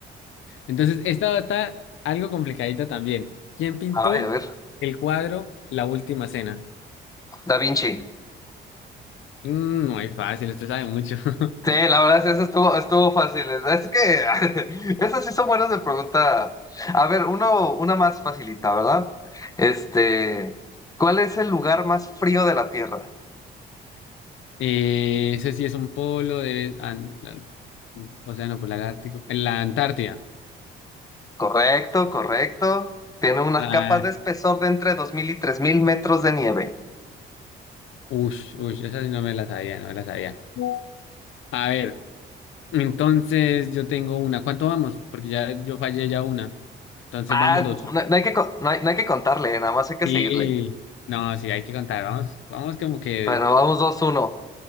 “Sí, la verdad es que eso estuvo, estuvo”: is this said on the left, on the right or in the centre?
Left